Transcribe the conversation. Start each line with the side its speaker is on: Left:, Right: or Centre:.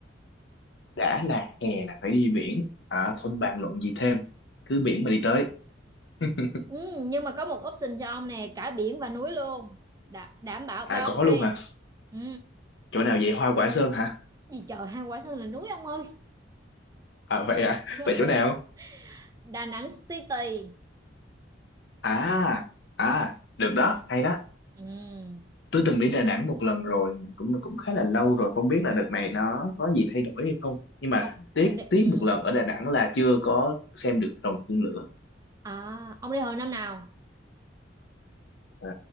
Left: Đã là hè là phải đi biển, Hả? Không bàn luận gì thêm. Cứ biển mà đi tới. <laughs>
Right: Ừ, nhưng mà có một option cho ông nè, cả biển và núi luôn. Đảm, đảm bảo
Left: À
Right: bao
Left: có
Right: phê.
Left: luôn hả?
Right: Ừ,
Left: Chỗ nào vậy? Hoa Quả Sơn hả?
Right: gì trời, hai quả sơn là núi ông ơi.
Left: À vậy à?
Right: <laughs>
Left: Vậy chỗ nào?
Right: Đà Nẵng City
Left: À, à, được đó, hay đó.
Right: Ừ.
Left: tôi từng đi Đà Nẵng một lần rồi cũng cũng khá là lâu rồi không biết là đợt này nó có gì thay đổi hay không nhưng mà
Right: Ông
Left: tiếc
Right: ông đi
Left: tiếc
Right: ừ.
Left: một lần ở Đà Nẵng là chưa có xem được rồng phun lửa
Right: À, ông đi hồi năm nào?
Left: à,